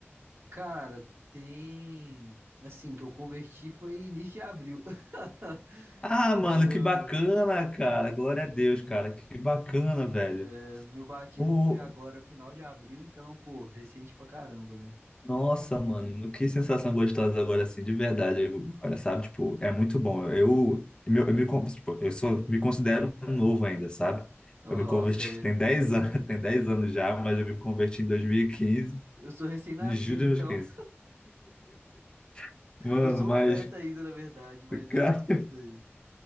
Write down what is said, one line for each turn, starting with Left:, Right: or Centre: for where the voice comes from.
Right: Cara, tem. Assim, que eu converti foi início de abril. <laughs>
Left: Ah, mano,
Right: Eu...
Left: que bacana, cara. Glória a Deus, cara. Que bacana, velho.
Right: é, Meu batismo
Left: Pô,
Right: foi agora, final de abril, então, pô, recente pra caramba, né?
Left: nossa, mano. Que sensação gostosa agora, assim, de verdade. Agora, sabe? Tipo, é muito bom. Eu, eu, eu me, con- tipo, eu sou, me considero novo ainda, sabe?
Right: Aham,
Left: Eu me converti
Right: você.
Left: <laughs> tem 10 anos, <laughs> tem 10 anos já, mas eu me converti em 2015
Right: Eu sou recém-nascido,
Left: em julho de
Right: então.
Left: 2015. <laughs> Mano,
Right: Eu sou
Left: mas,
Right: feta ainda, na verdade, mas
Left: cara.
Right: ah, conta aí.